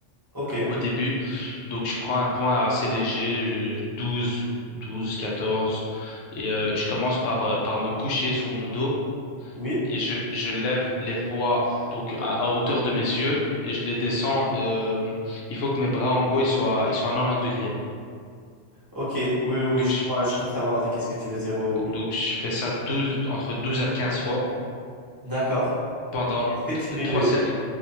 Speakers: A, on the right; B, on the left.
A: Ok,
B: au début. Donc, je prends un point assez léger, je- 12, 12, 14, et euh, je commence par, euh, par me coucher sur mon dos
A: oui.
B: et je, je lève les poids donc à, à hauteur de mes yeux et je les descends. euh, il faut que mes bras, en gros, ils soient, ils soient à 90 degrés.
A: Ok, oui, oui, oui,
B: Donc,
A: je
B: je,
A: crois, je
B: je-
A: crois savoir qu'est-ce que tu veux dire. oui. oui.
B: donc, je fais ça 12, entre 12 à 15 fois
A: D'accord.
B: pendant
A: Est-ce que tu
B: t-
A: mets
B: 3
A: le...
B: séries.